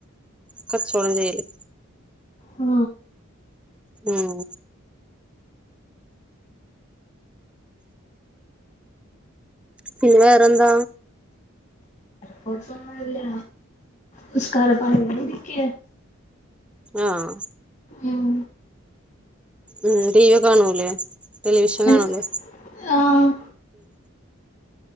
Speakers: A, in the centre; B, on the left (about 35°).
A: കച്ചവടം ചെയ്യല്
B: ഒ
A: ഉം പിന്നെ വേറെന്താ?
B: കൊഴപ്പൊന്നുല്ല നിസ്കാരപായേല് ഇരിക്ക
A: ആഹ്
B: ഉം
A: ഉം ടി വി കാണുവല്ലേ ടെലിവിഷൻ
B: എൻ
A: കാണൂല്ലേ
B: ആഹ്